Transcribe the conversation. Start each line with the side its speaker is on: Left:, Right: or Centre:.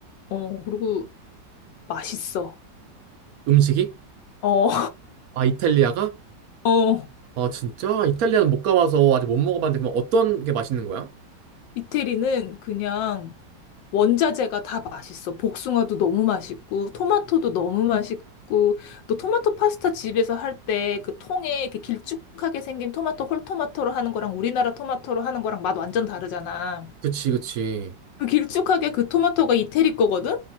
Left: 어, 그리고 맛있어.
Right: 음식이?
Left: 어,
Right: 아, 이탈리아가?
Left: <laughs> 어.
Right: 아, 진짜? 이탈리아는 못 가봐서 아직 못 먹어봤는데, 그럼 어떤 게 맛있는 거야?
Left: 이태리는 그냥 원자재가 다 맛있어. 복숭아도 너무 맛있고, 토마토도 너무 맛있고, 또 토마토 파스타 집에서 할 때 그 통에 이렇게 길쭉하게 생긴 토마토, 홀토마토로 하는 거랑 우리나라 토마토로 하는 거랑 맛 완전 다르잖아.
Right: 그치, 그치.
Left: 그 길쭉하게 그 토마토가 이태리 거거든?